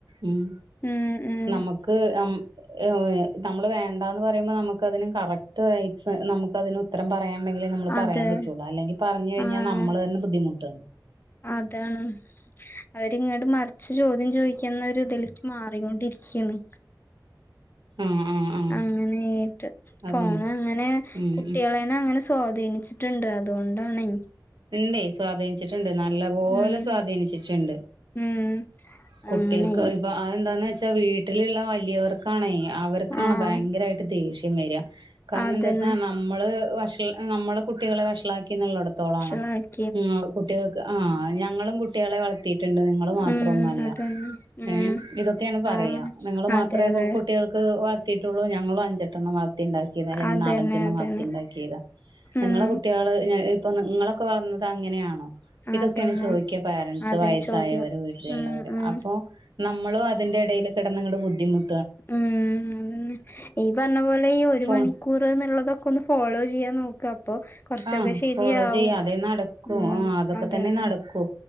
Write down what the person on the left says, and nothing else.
ഉം ഉം
അതെ
ആഹ്
അതാണ് <inaudible> അവരിങ്ങോട്ട് മറിച്ച് ചോദ്യം- ചോദിക്കുന്ന ഒരുതിലേക്ക്- മാറിക്കൊണ്ടിരിക്കയാണ്.
അങ്ങനേട്ട്
ഫോണ് അങ്ങനെ,
കുട്ടികള-
ഞനങ്ങനെ സ്വാധീനിച്ചിട്ടുണ്ട് അതുകൊണ്ടാണ്.
ഉം
ഉം
അങ്ങനെ
ആഹ്
അതന്നെ
ല.
ഉം
അതന്നെ ഉം
ആഹ്
അതെ
അതെ
അതന്നെ
അതന്നെ
ഉം
അതന്നെ
അതെ
ചോദ്യം
ഉം ഉം
ഉം ഈ പറഞ്ഞ പോലെ ഈ ഒരു
മണി കുറ് എന്നുള്ളതൊക്കെ ഒന്ന് ഫോളോ ചെയ്യാൻ നോക്ക. അപ്പൊ കൊറച്ചൊക്കെ
ശരിയാവും
ഉം
അതന്നെ